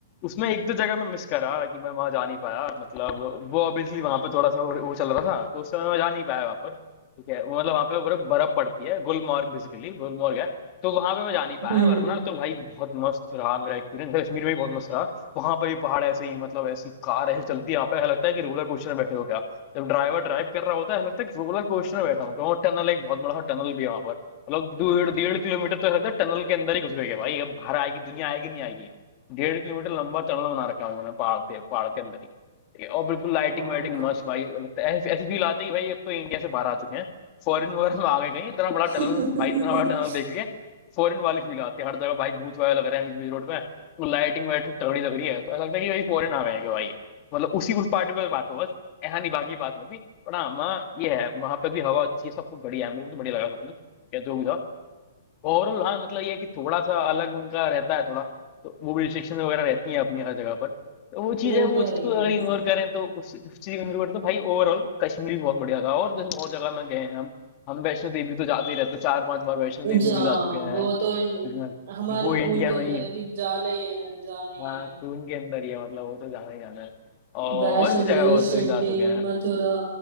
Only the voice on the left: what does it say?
उसमें एक दो जगह मैं मिस करा कि मैं वहां जा नहीं पाया मतलब वो ऑब्वियसली वहां पर थोड़ा सा वो वो चल रहा था तो उस समय मैं जा नहीं पाया वहां पर ठीक है वो मतलब वहां पे बर्फ बर्फ पड़ती है गुलमर्ग बेसिकली गुलमर्ग है तो वहां पे मैं जा नहीं पाया
वरना तो भाई बहुत मस्त रहा मेरा एक्सपीरियंस कश्मीर में भी बहुत मस्त रहा वहां पे भी पहाड़ ऐसे ही मतलब ऐसी कार ऐसे चलती है यहाँ पे ऐसा लगता है कि रोलर कोस्टर में बैठे हो क्या जब ड्राइवर ड्राइव कर रहा होता है ऐसा लगता है कि रोलर कोस्टर में बैठा हूँ तो वहाँ टनल एक बहुत बड़ा टनल भी है वहां पर मतलब डेढ़ डेढ़ किलोमीटर तो ऐसा लगता है टनल के अंदर ही घुस गए क्या भाई अब बाहर आएगी दुनिया आएगी नहीं आएगी डेढ़ किलोमीटर लंबा टनल बना रखा है उन्होंने पहाड़ पे पहाड़ के अंदर ही और बिल्कुल लाइटिंग
वाइटिंग
मस्त भाई लगता है ऐसी ऐसी फील आती है कि भाई अब तो इंडिया से बाहर आ चुके हैं फॉरेन वगैरह में आ गए कहीं इतना बड़ा टनल
भाई इतना बड़ा टनल देख के फॉरेन वाली फील आती है हर जगह भाई भूत वाला लग रहा है बीच बीच रोड पे वो लाइटिंग वाइटिंग तगड़ी लग रही है तो ऐसा लगता है कि भाई फॉरेन आ गए हैं क्या भाई मतलब उसी उस पार्टिकुलर बात पे बस ऐसा नहीं बाकी बात में भी पर हाँ वहाँ ये है वहाँ पे भी हवा अच्छी है सब कुछ बढ़िया है मेरे को तो बढ़िया लगा सब कुछ या जो भी था ओवरऑल हाँ मतलब ये है कि थोड़ा सा अलग उनका रहता है थोड़ा तो वो भी रिस्ट्रिक्शन वगैरह रहती हैं अपनी हर जगह पर तो वो चीज़
है वो
चीज़
को अगर
इग्नोर करें तो उस उस चीज़ को इग्नोर करें तो भाई ओवरऑल कश्मीर भी बहुत बढ़िया था और जैसे बहुत जगह में गए हैं हम हम वैष्णो देवी तो जाते ही रहते हैं चार पांच बार वैष्णो देवी
भी जा अच्छा चुके हैं
हाँ,
वो इंडिया
में ही है
हाँ
तो उनके अंदर ही है मतलब वो तो जाना ही जाना है और
और भी जगह
बहुत
सारी जा चुके हैं